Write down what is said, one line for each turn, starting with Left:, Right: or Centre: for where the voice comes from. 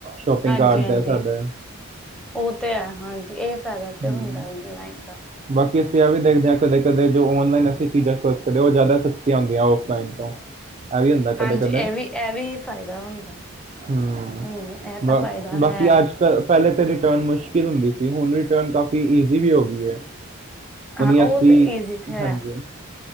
Right: ਸ਼ਾਪਿੰਗ
Centre: ਹਾਂਜੀ-ਹਾਂਜੀ,
Right: ਕਾਰਡ ਦਾ ਸਾਡੇ
Centre: ਓ ਤੇ ਹੈ ਹਾਂਜੀ, ਇਹ ਫਾਇਦਾ ਤੇ
Right: ਹੂੰ
Centre: ਹੁੰਦਾ ਓਨਲਾਈਨ ਦਾ।
Right: ਬਾਕੀ ਅਸੀਂ ਇਹ ਵੀ ਦੇਖਦੇ ਹਾਂ ਕਦੇ- ਕਦੇ ਜੋ ਔਨਲਾਈਨ ਅਸੀਂ ਚੀਜ਼ਾਂ ਸੋਚ ਦੇ ਉਹ ਜ਼ਿਆਦਾ ਸਸਤੀਆਂ ਹੁੰਦੀਆਂ ਔਫਲਾਈਨ ਤੋਂ। ਇਹ ਵੀ ਹੁੰਦਾ ਕਦੇ
Centre: ਹਾਂਜੀ,
Right: ਕਦੇ
Centre: ਇਹ ਵੀ-ਇਹ ਵੀ, ਫਾਇਦਾ ਹੁੰਦਾ।
Right: ਹੂੰ,
Centre: ਹਮ ਇਹ ਤਾਂ
Right: ਬ
Centre: ਫਾਇਦਾ
Right: -ਬਾਕੀ
Centre: ਹੈ।
Right: ਆਜ ਪਹਿਲੇ ਤੇ ਰਿਟਰਨ ਮੁਸ਼ਕਿਲ ਹੁੰਦੀ ਸੀ, ਹੁਣ ਰਿਟਰਨ ਕਾਫੀ ਈਜ਼ੀ ਵੀ ਹੋ ਗਈ ਐ।
Centre: ਹਾਂ
Right: ਹੁਣ
Centre: ਉਹ
Right: ਅਸੀਂ,
Centre: ਤੇ ਈਜ਼ੀ ਤੇ ਹੈ
Right: ਹਾਂਜੀ,